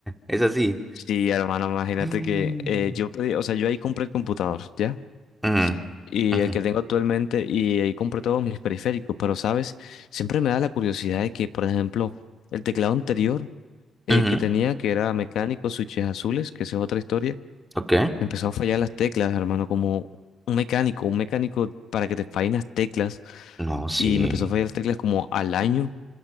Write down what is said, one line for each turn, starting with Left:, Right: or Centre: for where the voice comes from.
Centre: Es así.
Left: Sí, hermano, imagínate
Centre: Mm.
Left: que eh, yo pedí, o sea, yo ahí compré el computador, ¿ya?
Centre: Ujú.
Left: Y
Centre: Ujú,
Left: el que tengo actualmente, y ahí compré todos mis periféricos, pero, ¿sabes? Siempre me da la curiosidad de que, por ejemplo, el teclado anterior eh,
Centre: ujú,
Left: que tenía, que era mecánico, switches azules, que esa es otra historia,
Centre: ok.
Left: me empezó a fallar las teclas, hermano, como un mecánico, un mecánico para que te fallen las teclas.
Centre: No, sí.
Left: y me empezó a fallar las teclas como al año.